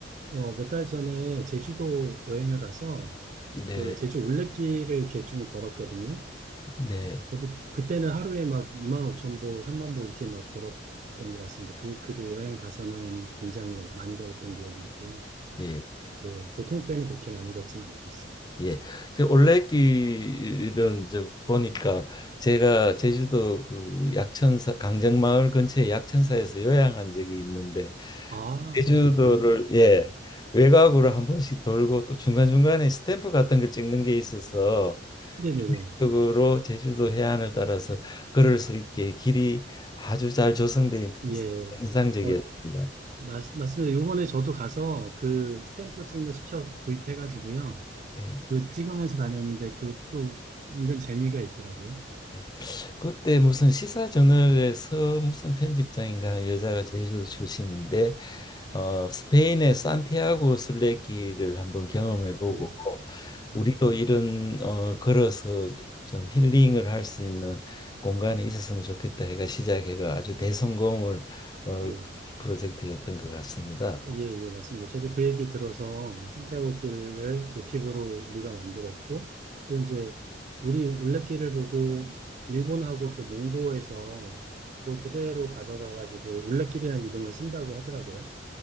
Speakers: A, on the right; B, on the left.
A: 어, 몇 달 전에 제주도 여행을 가서
B: 네,
A: 그 제주 올레길을 이렇게 좀 걸었거든요.
B: 네,
A: 저도 그때는 하루에 막 2만 5천 보, 3만 보 이렇게 막 걸었던 것 같습니다. 그, 그 여행 가서는 굉장히 많이 걸었던 기억이 있고요.
B: 예,
A: 이제 보통 때는 그렇게 많이 걷진 않고 있습니다.
B: 예. 저 올레길은 저 보니까 제가 제주도 그 약천사 강정마을 근처에 약천사에서 요양한 적이 있는데
A: 아,
B: 제주도를
A: 그러시군요.
B: 예 외곽으로 한 번씩 돌고 또 중간중간에 스탬프 같은 걸 찍는 게 있어서
A: 네네네.
B: 쪽으로 제주도 해안을 따라서 걸을 수 있게 길이 아주 잘 조성돼 있고
A: 예.
B: 인상적이었습니다.
A: 어, 맞, 맞습니다. 요번에 저도 가서 그 스탬프 찍는 수첩 구입해가지고요.
B: 예.
A: 그 찍으면서 다녔는데 그것도 은근 재미가 있더라고요.
B: 예. 그때 무슨 시사 저널에서 무슨 편집장인가 하는 여자가 제주도 출신인데 어, 스페인의 산티아고 순례길을 한번 경험해보고
A: 예,
B: 우리도
A: 예,
B: 이런 어, 걸어서 좀 힐링을 할 수 있는 공간이 있었으면 좋겠다 해가 시작해가 아주 대성공을 어,
A: 예.
B: 프로젝트였던 것 같습니다.
A: 예, 예, 맞습니다. 저도 그 얘기 들어서 산티아고길을 모티브로 우리가 만들었고, 또 이제 우리 울레길을 보고 일본하고 또 몽고에서 그 그대로 가져가가지고 울레길이라는 이름을 쓴다고 하더라고요.